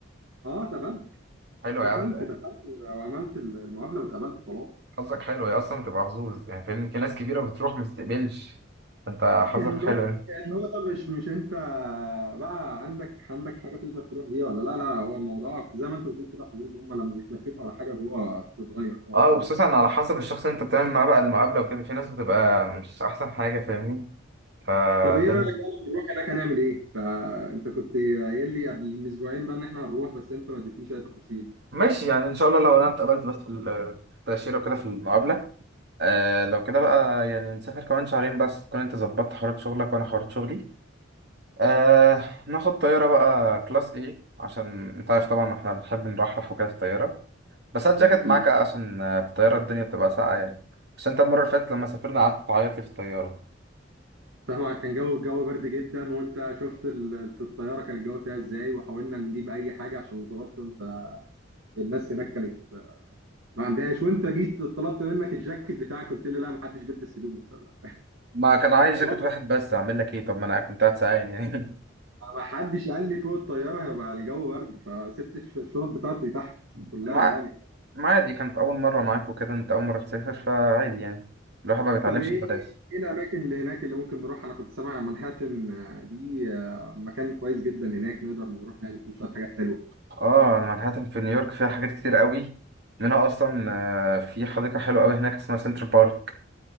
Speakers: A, on the right (about 80°); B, on the right (about 55°).
A: اه اتقبلت
B: حلو
A: دخلت
B: يا عم
A: دخلت وعملت المقابله واتقبلت خلاص
B: حظك حلو هي اصلا بتبقى حظوظ يعني فاهم في ناس كبيره بتروح ما بتستقبلش فانت حظك
A: النقطه
B: حلو يعني
A: النقطه مش مش انت بقى عندك عندك حاجه تقدر تروح بيها ولا لا لا هو الموضوع زي ما انت بتقول كده حظوظ هم لما بيتلككوا على حاجه جوه بتتغير خالص
B: اه وخصوصا
A: يعني.
B: على حسب الشخص اللي انت بتعمل معاه بقى المقابله وكده في ناس بتبقى مش احسن حاجه فاهمني فده
A: طب ايه رايك بقى
B: أنا-
A: لما نروح هناك هنعمل ايه فانت كنت قايل لي قبل من اسبوعين بقى ان احنا هنروح بس انت ما اديتنيش اي تفاصيل
B: ماشي يعني ان شاء الله لو انا اتقبلت بس في التاشيره وكده في المقابله آه لو كده بقى يعني نسافر كمان شهرين بس تكون انت ظبطت حوارات شغلك وانا حوارات شغلي آه ناخد طياره بقى كلاس ايه عشان انت عارف طبعا احنا بنحب نرحرح وكده في الطياره بس هات جاكيت
A: ده اكيد
B: معاك عشان آه، في الطيارة الدنيا بتبقى ساقعة يعني بس انت المرة اللي فاتت لما سافرنا قعدت تعيط لي في الطيارة
A: طبعا كان جو الجو برد جدا وانت شفت ال- الطياره كان الجو فيها ازاي وحاولنا نجيب اي حاجه عشان نتغطى انت الناس هناك كانت ما عندهاش وانت جيت طلبت منك الجاكيت بتاعك قلت لي لا ما حدش بيلبس هدوم فلا-
B: ما كان عايز
A: خلاص
B: جاكيت واحد بس اعمل لك ايه طب ما انا كنت قاعد ساعين يعني
A: ما حدش قال لي فوق الطياره هيبقى الجو برد فسبت الش- الشنط بتاعتي تحت
B: <laughs>
A: كلها
B: مع
A: يعني
B: ما عادي كانت أول مرة معاك وكده انت أول مرة تسافر فعادي يعني الواحد ما بيتعلمش
A: طب ايه
B: ببلاش
A: ايه الاماكن اللي هناك اللي ممكن نروح انا كنت سامع منهاتن آه، دي آه، مكان كويس جدا هناك نقدر نروح نعمل فيه شويه حاجات حلوه
B: اه أنا مانهاتن في نيويورك فيها حاجات كتير قوي منها اصلا آه، في حديقة حلوة قوي هناك اسمها سنتر بارك